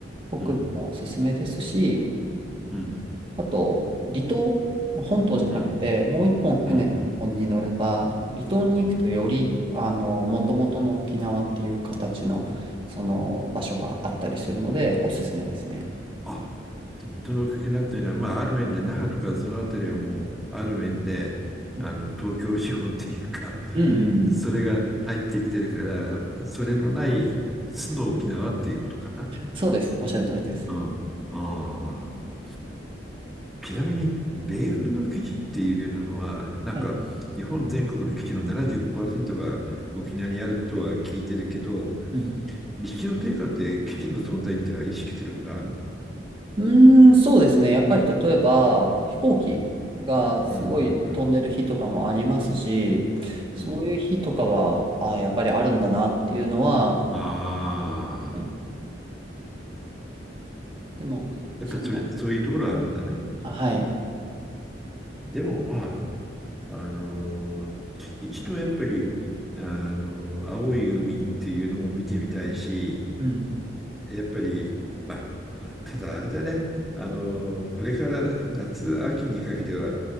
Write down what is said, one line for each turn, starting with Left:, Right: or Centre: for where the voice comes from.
Right: 北部もおすすめですし、
Centre: うん、うん、
Right: あと、離島、本島じゃなくて、
Centre: うん、
Right: もう一本船に乗れば、
Centre: うん、うん、
Right: 離島に行くとより、
Centre: うん。
Right: あの、もともとの沖縄っていう形の、その場所があったりするので、おすすめですね。
Centre: あ、その気になってるのは、まあ、ある面で那覇とかそのあたりはもう、ある面で、
Right: うん。
Centre: あの、東京資本っていうか、
Right: うんうんうん。
Centre: <laughs> それが入ってきてるから、それのない、素の沖縄っていうことかな。
Right: そうです。おっしゃる通りです。
Centre: うん。ああ。ちなみに、米軍の基地っていうのは、なんか日本全国の基地の75%
Right: はい。
Centre: が沖縄にあるとは聞いてるけど、
Right: うん。
Centre: 日常生活で基地の存在っていうのは意識することあるの
Right: うーん、そうですね。やっぱり例えば、飛行機がすごい飛んでる日とかもありますし、
Centre: うん。うんうんうん
Right: そういう日とかは、
Centre: うん。
Right: ああ、やっぱりあるんだなっていうのは、
Centre: ああ
Right: ねでも、
Centre: ー、
Right: その、
Centre: やっぱりそれ、そういうところはあるんだね。
Right: はい。
Centre: でもまあ、あのー一度やっぱり、あのー青い海っていうのも見てみたいし、
Right: うん。
Centre: やっぱり、まあ、ただあれだね、あの、これから夏、秋にかけては、